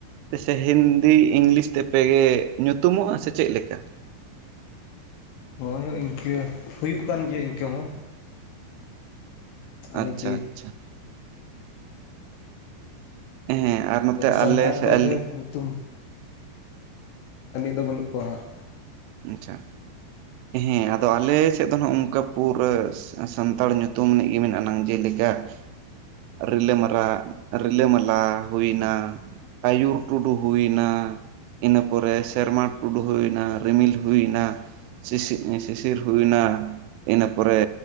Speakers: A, on the right (about 85°); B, on the left (about 75°).
A: ᱛᱮᱥᱮ ᱦᱤᱱᱫᱤ ᱤᱝᱞᱤᱥ ᱛᱮᱯᱮᱜᱮ ᱧᱩᱛᱩᱢᱚᱜᱼᱟ ᱥᱮ ᱪᱮᱫ ᱞᱮᱠᱟ?
B: ᱦᱳᱭ ᱦᱳᱭ ᱤᱱᱠᱟᱹ ᱦᱩᱭᱩᱜ ᱠᱟᱱ ᱜᱮᱭᱟ ᱤᱱᱠᱟᱹ ᱦᱚᱸ ᱟᱱᱤᱠᱤᱛ
A: ᱟᱪᱪᱷᱟ ᱟᱪᱪᱷᱟ
B: <unintelligible>
A: ᱮ ᱦᱮᱸ <unintelligible>
B: <unintelligible> ᱥᱟᱱᱛᱟᱲ
A: ᱟᱞᱮ ᱥᱮ
B: ᱫᱚ
A: ᱟᱞᱮ
B: ᱰᱷᱮᱨ ᱧᱩᱛᱩᱢ ᱟᱹᱱᱤᱡ ᱫᱚ ᱵᱟᱹᱱᱩᱜ ᱠᱚᱣᱟ ᱦᱟᱸᱜ
A: ᱟᱪᱪᱷᱟ ᱦᱮᱸ ᱟᱫᱚ ᱟᱞᱮ ᱥᱮᱫ ᱫᱚ ᱱᱚᱜ ᱚᱱᱠᱟ ᱯᱩᱨᱟᱹ ᱾ ᱥᱟᱱᱛᱟᱲ ᱧᱩᱛᱩᱢ ᱤᱱᱤᱡ ᱜᱮ ᱢᱮᱱᱟᱜ ᱟᱱᱟᱝ ᱡᱮᱞᱮᱠᱟ ᱾ ᱨᱤᱞᱟᱹ ᱢᱟᱨᱟ ᱨᱤᱞᱟᱹ ᱢᱟᱞᱟ ᱦᱩᱭᱱᱟ ᱾ ᱟ. ᱭᱩᱨ ᱴᱩᱰᱩ ᱦᱩᱭᱮᱱᱟ ᱤᱱᱟᱹ ᱯᱚᱨᱮ ᱥᱮᱨᱢᱟ ᱴᱩᱰᱩ ᱦᱩᱭᱮᱱᱟ ᱨᱤᱢᱤᱞ ᱦᱩᱭᱱᱟ ᱥᱤᱥᱤ ᱥᱤᱥᱤᱨ ᱦᱩᱭᱱᱟ ᱾ ᱤᱱᱟᱹ ᱯᱚᱨᱮ